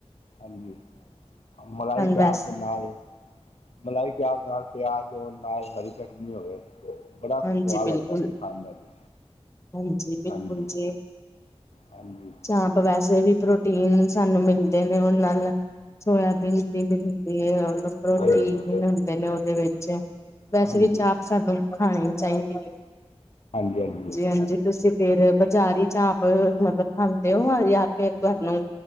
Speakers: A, on the left; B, on the left.
A: ਹਾਂਜੀ ਮਲਾਈ ਚਾਪ
B: ਵੈਸ
A: ਤੇ ਨਾਲ ਮਲਾਈ ਚਾਪ ਨਾਲ ਪਿਆਜ਼, ਹੋਣ ਨਾਲ ਹਰੀ ਚਟਨੀ ਹੋਵੇ, ਬੜਾ
B: ਹਾਂਜੀ
A: ਸਵਾਦ
B: ਬਿਲਕੁਲ
A: ਲੱਗਦਾ ਜੀ। ਖਾਨ ਦਾ ਜੀ।
B: ਹਾਂਜੀ ਬਿਲਕੁਲ
A: ਹਾਂਜੀ
B: ਜੀ।
A: ਹਾਂਜੀ
B: ਆਪ ਵੈਸੇ ਵੀ ਪ੍ਰੋਟੀਨ ਸਾਨੂੰ ਮਿਲਦੇ ਨੇ, ਉਹ ਨਾਲ ਸੋਇਆਬੀਨ ਦੀ ਮ ਹੁੰਦੀ ਹੈ, ਉਹਨੂੰ ਪ੍ਰੋਟੀਨ
A: ਹਾਂਜੀ
B: ਵੀ ਮਿਲਦੇ ਨੇ ਉਹਦੇ ਵਿੱਚ ਵੈਸੇ
A: ਹਾਂਜੀ
B: ਵੀ ਚਾਪ ਸਾਨੂੰ ਖਾਣੀ ਚਾਹੀਦੀ ਏ।
A: ਹਾਂਜੀ-ਹਾਂਜੀ
B: ਹਾਂਜੀ ਤੁਸੀਂ ਫੇਰ ਬਾਜ਼ਾਰੀ ਚ ਚਾਮਪ ਮਤਲਬ ਖਾਂਦੇ ਹੋ, ਜਾਂ ਫਿਰ ਤੁਹਾਨੂੰ